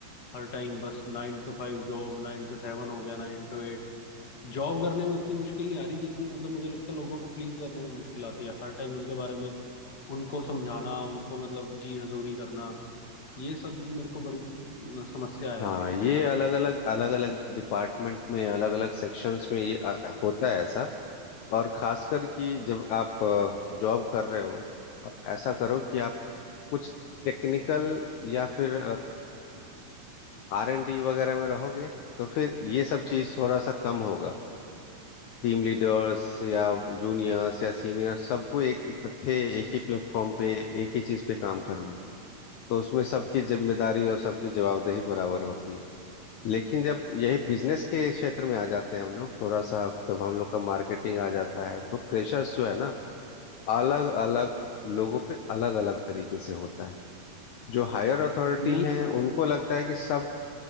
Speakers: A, on the left (about 35°); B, on the left (about 75°).
A: हर टाइम बस nine to five job nine to seven हो गया नाइन टू एट जॉब करने में उतनी मुश्किल नहीं आ रही जितनी मतलब मुझे लगता है लोगों को प्लीज करने में मुश्किल आती है हर टाइम उनके बारे में उनको समझाना उनको मतलब जी हजूरी करना ये सब मेरे को बड़ी प- समस्या है
B: हाँ
A: लाइफ
B: ये
A: में यार
B: अलग अलग अलग अलग डिपार्टमेंट में अलग अलग सेक्शंस में ये अ, अ, होता है ऐसा और खासकर कि जब आप जॉब कर रहे हो तो आप ऐसा करो कि आप कुछ टेक्निकल या फिर आर एन डी वगैरह में रहोगे तो फिर ये सब चीज थोड़ा सा कम होगा टीम लीडर्स या जूनियर्स या सीनियर्स सबको एक इकट्ठे एक ही प्लेटफॉर्म पे एक ही चीज पे काम करना तो उसमें सबकी जिम्मेदारी और सबकी जवाबदेही बराबर होती है लेकिन जब यही बिजनेस के क्षेत्र में आ जाते हैं हम लोग थोड़ा सा जब हम लोग का मार्केटिंग आ जाता है तो प्रेशर्स जो है ना अलग अलग लोगों पे अलग अलग तरीके से होता है जो हायर अथॉरिटी
A: नहीं
B: हैं उनको लगता है कि सब